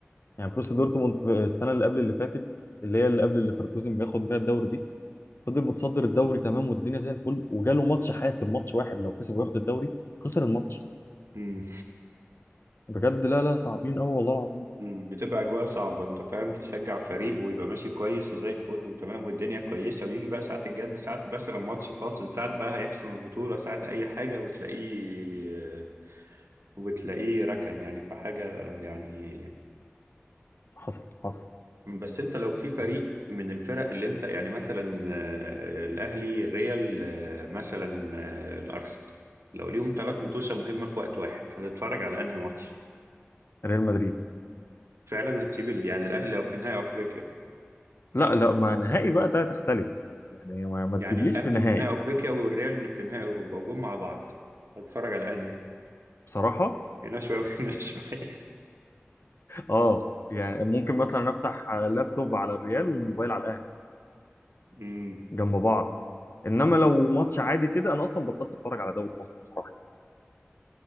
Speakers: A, on the left (about 60°); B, on the right (about 85°).
A: يعني بروسيا دورتموند في السنه اللي قبل اللي فاتت اللي هي اللي قبل اللي ليفركوزن بياخد بيها الدوري دي فضل متصدر الدوري تمام والدنيا زي الفل وجاله ماتش حاسم ماتش واحد لو كسب وياخد الدوري خسر الماتش
B: مم.
A: بجد لا لا صعبين قوي والله العظيم
B: مم. بتبقى أجواء صعبة أنت فاهم تشجع فريق ويبقى ماشي كويس وزي الفل وتمام والدنيا كويسة ويجي بقى ساعة الجد ساعة مثلا ماتش فاصل ساعة بقى هيحسم البطولة ساعة أي حاجة وتلاقيه وتلاقيه ركن يعني في حاجة يعني
A: حصل حصل
B: بس أنت لو في فريق
A: آه،
B: من الفرق اللي أنت يعني مثلا آه، الأهلي الريال آه، مثلا آه، الأرسنال لو ليهم ثلاث مطوشة مهمة في وقت واحد هتتفرج على أنهي ماتش؟
A: ريال مدريد
B: فعلا هتسيب ال... يعني الاهلي في نهائي افريقيا
A: لا لا ما نهائي بقى ده تختلف يعني ما, ما
B: يعني
A: تجيبليش
B: الاهلي
A: في نهائي
B: في نهائي افريقيا والريال في نهائي اوروبا وجم مع بعض هتتفرج على انهي
A: بصراحه
B: هنا شويه وهنا <laughs> شويه
A: اه يعني ممكن مثلا افتح لابتوب على الريال والموبايل على الاهلي
B: أمم.
A: جنب بعض انما لو ماتش عادي كده انا اصلا بطلت اتفرج على دوري مصر بصراحه